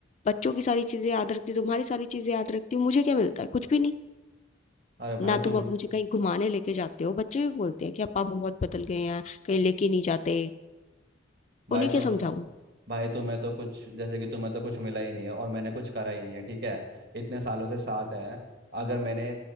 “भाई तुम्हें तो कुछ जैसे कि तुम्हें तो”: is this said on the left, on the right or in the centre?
Right